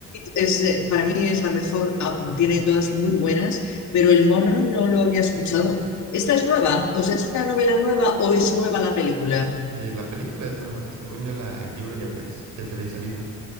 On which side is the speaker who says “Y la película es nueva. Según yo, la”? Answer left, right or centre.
Right